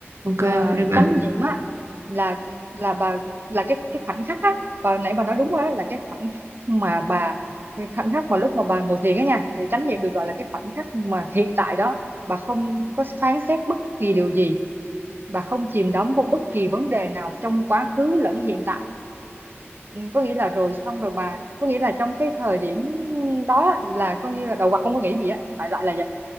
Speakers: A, on the right; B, on the right.
A: Ok
B: à,
A: ok bạn.
B: chánh niệm á là là bà là cái cái khoảnh khắc á và nãy bà nói đúng rồi á là cái khoảnh khắc mà bà cái khoảnh khắc mà lúc mà bà ngồi thiền á nha thì chánh niệm được gọi là cái khoảnh khắc mà hiện tại đó bà không có phán xét bất kỳ điều gì bà không chìm đắm vào bất kỳ vấn đề nào trong quá khứ lẫn hiện tại Ừ, có nghĩa là rồi xong rồi bà có nghĩa là trong cái thời điểm đó là coi như là đầu óc không có nghĩ gì á đại loại là vậy